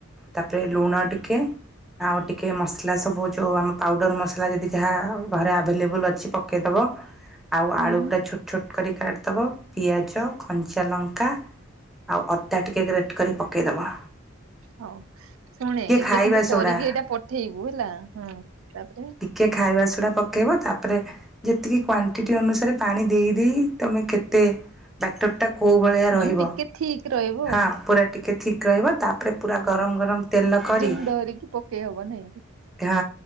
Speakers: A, in the centre; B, on the right.
A: ତାପରେ ଲୁଣ ଟିକେ ଆଉ ଟିକେ ମସଲା ସବୁ ଯୋଉଁ ଆମ ପାଉଡ଼ର ମସଲା ଯଦି ଯାହା ଘରେ ଆଭେଲେବୁଲ୍ ଅଛି ପକେଇଦବ। ଆଉ
B: ହୁଁ
A: ଆଳୁ ପୁରା
B: ହୁଁ
A: ଛୋଟ ଛୋଟ କରି କାଟିଦବ। ପିଆଜ, କଞ୍ଚା ଲଙ୍କା ଆଉ ଅଦା ଟିକେ ଗ୍ରେଟ୍ କରି ପକେଇଦେବ।
B: ହଉ ଶୁଣେ ଏବେ
A: ଖାଇବା
B: କିନ୍ତୁ
A: ସୋଡ଼ା
B: କରିକି ଏଇଟା ପଠେଇବୁ ହେଲା। ହୁଁ ତାପରେ
A: ଟିକେ ଖାଇବା ସୋଡ଼ା ପକେଇବ। ତାପରେ ଯେତିକି କ୍ଵାଣ୍ଟିଟି ଅନୁସାରେ ପାଣି ଦେଇଦେଇ ତୁମେ କେତେ ବ୍ୟାଟର ଟା କୋଉ ଭଳିଆ ରହିବ?
B: ମାନେ ଟିକେ ଠିକ ରହିବ
A: ହଁ
B: ଆଉ
A: ପୁରା ଟିକେ ଥିକ୍ ରହିବ। ତାପରେ ପୁରା ଗରମ ଗରମ ତେଲ କରି
B: ଯେମିତି ଧରିକି ପକେଇ ହବ ନାଇଁ କି।
A: ହଁ।